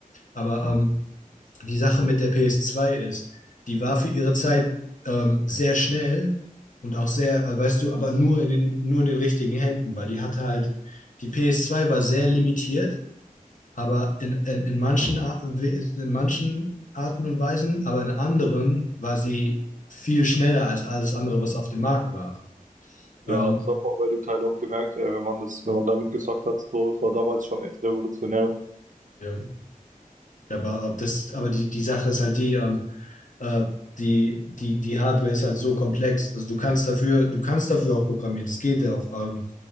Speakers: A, on the left; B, on the right.
A: Aber ähm, die Sache mit der PS2 ist, die war für ihre Zeit ähm, sehr schnell und auch sehr, äh, weißt du, aber nur in den, nur in den richtigen Händen, weil die hatte halt, die PS2 war sehr limitiert, aber in, in, in, manchen, Ar- in manchen Arten und Weisen, aber in anderen war sie viel schneller als alles andere, was auf dem Markt war.
B: Ja,
A: Ähm,
B: das hat man bei dem Teil auch gemerkt, ey, wenn man das, wenn man damit gezockt hat, so, das war damals schon echt revolutionär.
A: Ja. aber äh, das, aber die, die Sache ist halt die, ähm, Äh, die, die, die Hardware ist halt so komplex. Also du kannst dafür, du kannst dafür auch programmieren, das geht ja auch. Ähm,